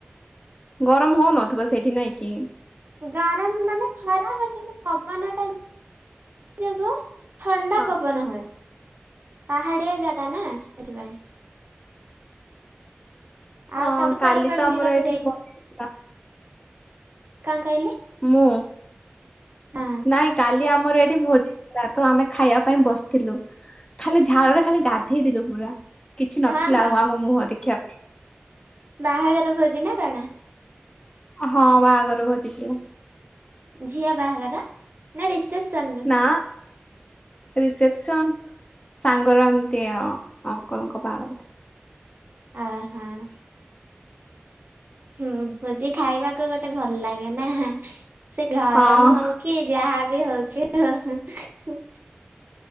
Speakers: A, on the left; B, on the right.
A: ଗରମ ହଉନଥିବ ସେଇଠି ନାଇଁ କି?
B: ଗରମ ମାନେ ଖରା ବାଜିଲେ ପବନଟା ଯୋଗୁ ଥଣ୍ଡା
A: ହଁ
B: ପବନ ହୁଏ ପାହାଡିଆ ଜାଗା ନା ସେଇଥି ପାଇଁ।
A: ହଁ
B: ଆଉ ତମେ
A: କାଲି
B: କୁଆଡେ କୁଆଡେ
A: ତ
B: ବୁଲିବାକୁ
A: ଆମର ଏଠି
B: ଯାଇଛ
A: ଭୋଜି ଥିଲା
B: କଣ କହିଲେ?
A: ମୁଁ
B: ହଁ
A: ନାଇଁ କାଲି ଜି ଆମର ଏଠି ଭୋଜି ଥିଲା ତ ଆମେ ଖାଇବା ପାଇଁ ବସିଥିଲୁ। ଖାଲି ଝାଳରେ ଖାଲି ଗାଧେଇଲୁ ପୁରା କିଛି ନଥିଲା
B: ହଁ ହଁ
A: ଆଉ ଆମ ମୁହଁ ଦେଖିବା ପାଇଁ।
B: ବାହାଘର ଭୋଜି ନା କଣ?
A: ହଁ ବାହାଘର ଭୋଜି ଥିଲା।
B: ଝିଆ ବାହାଘର ନା ରିସେପସନ ଭୋଜି?
A: ନା ରିସେପସନ ସାଙ୍ଗର ଏମତିଆ ଅଙ୍କଲଙ୍କ ବାହାଘର ଥିଲା।
B: ଆ ହାଃ। ହୁଁ ଭୋଜି ଖାଇବାକୁ ଗୋଟେ ଭଲ ଲାଗେ ନା ସେ ଗରମ
A: ହଁ
B: ହଉ କି ଯାହା ବି ହଉଛି ହଉ ହୁଁ।